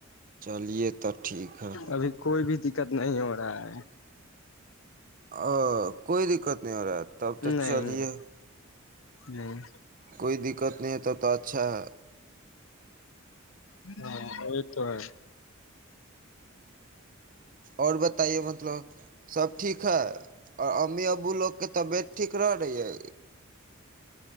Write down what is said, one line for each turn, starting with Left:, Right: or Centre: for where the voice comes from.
Right: چلیے تو ٹھیک ہے
Left: ابھی کوئی بھی دقت نہیں ہو رہا ہے
Right: ا کوئی دقت نہیں ہو رہا تھا تب تو
Left: نہیں
Right: چلیے
Left: نہیں نہیں
Right: کوئی د اچھا ہے
Left: ہاں یہ تو ہے
Right: اور بتائیے مطلب سب ٹھ ہے اور امی ابو لوگ کے طبیعت ٹھ رہ رہی ہے